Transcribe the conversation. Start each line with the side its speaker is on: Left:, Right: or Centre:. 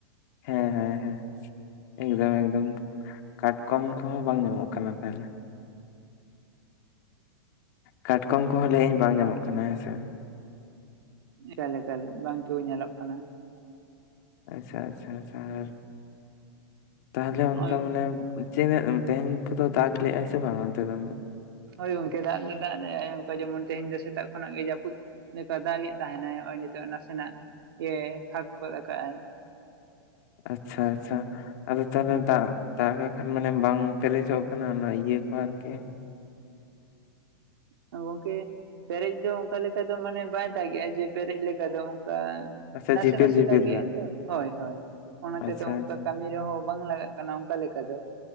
Left: ᱦᱮᱸ ᱦᱮᱸ ᱦᱮᱸ ᱮᱠᱫᱚᱢ ᱮᱠᱫᱚᱢ ᱠᱟᱴᱠᱚᱢ ᱠᱚᱦᱚᱸ ᱵᱟᱝ ᱧᱟᱢᱚᱜ ᱠᱟᱱᱟ ᱛᱟᱦᱚᱞᱮ? ᱠᱟᱴᱠᱚᱢ ᱠᱚᱦᱚᱸ ᱞᱟᱹᱭ ᱤᱧ ᱵᱟᱝ ᱧᱟᱢᱚᱜ ᱠᱟᱱᱟ ᱦᱮᱸᱥᱮ!
Right: ᱮᱠᱟᱞ ᱮᱠᱟᱞ ᱵᱟᱝ ᱪᱩ ᱧᱮᱞᱚᱜ ᱠᱟᱱᱟ ᱾
Left: ᱟᱪᱪᱷᱟ ᱟᱪᱪᱷᱟ ᱟᱪᱪᱷᱟ ᱟᱨ ᱛᱟᱦᱚᱞᱮ
Right: ᱱᱚᱜᱼᱚᱭ
Left: ᱚᱱᱠᱟ ᱢᱟᱱᱮ ᱪᱤᱱᱟᱹ ᱛᱮᱦᱮᱧ ᱠᱚᱫᱚ ᱫᱟᱜᱽ ᱞᱮᱜᱼᱟᱭ ᱥᱮ ᱵᱟᱝ ᱚᱱᱛᱮ ᱫᱚ?
Right: ᱦᱳᱭ ᱜᱚᱝᱠᱮ ᱫᱟᱜ ᱫᱚ ᱫᱟᱜ ᱞᱮᱜᱼᱟᱭ ᱚᱝᱠᱟ ᱡᱮᱢᱚᱱ ᱛᱮᱦᱮᱧ ᱫᱚ ᱥᱮᱛᱟᱜ ᱠᱷᱚᱱᱟᱜ ᱜᱮ ᱡᱟᱹᱯᱩᱫ ᱞᱮᱠᱟ ᱫᱟᱜ ᱮᱜ ᱛᱟᱦᱮᱱᱟᱭ ᱦᱚᱜᱼᱚᱭ ᱱᱤᱛᱚᱜ ᱱᱟᱥᱮᱱᱟᱜ ᱜᱮ ᱯᱷᱟᱠ ᱜᱚᱫ ᱠᱟᱜᱼᱟᱭ ᱾
Left: ᱟᱪᱪᱷᱟ ᱟᱪᱪᱷᱟ ᱟᱫᱚ ᱛᱟᱦᱚᱞᱮ
Right: ᱦᱮᱸ
Left: ᱫᱟᱜ ᱛᱟᱦᱟᱞᱮ ᱠᱷᱟᱱ ᱢᱟᱱᱮ ᱵᱟᱝ ᱯᱮᱨᱮᱡᱚᱜ ᱠᱟᱱᱟ ᱚᱱᱟ ᱤᱭᱟᱹ ᱠᱚ ᱟᱨᱠᱤ?
Right: ᱜᱚᱝᱠᱮ ᱯᱮᱨᱮᱡ ᱫᱚ ᱚᱝᱠᱟ ᱞᱮᱠᱟ ᱫᱚ ᱢᱟᱱᱮ ᱵᱟᱭ ᱫᱟᱜᱮᱜᱼᱟ ᱡᱮ ᱯᱮᱨᱮᱡ ᱞᱮᱠᱟ ᱫᱚ ᱚᱝᱠᱟ
Left: ᱟᱪᱪᱷᱟ
Right: ᱱᱟᱥᱮ
Left: ᱡᱷᱤᱯᱤᱨ
Right: ᱱᱟᱥᱮ
Left: ᱡᱷᱤᱯᱤᱨ
Right: ᱫᱟᱜ ᱜᱮᱭᱟᱭ ᱛᱚ ᱦᱳᱭ ᱦᱳᱭ ᱾ ᱚᱱᱟ
Left: ᱟᱪᱪᱷᱟ
Right: ᱛᱮᱫᱚ ᱚᱝᱠᱟ
Left: ᱟᱪᱪᱷᱟ
Right: ᱠᱟᱹᱢᱤ ᱨᱮᱦᱚᱸ ᱵᱟᱝ ᱞᱟᱜᱟᱜ ᱠᱟᱱᱟ ᱚᱝᱠᱟ ᱞᱮᱠᱟ ᱫᱚ ᱾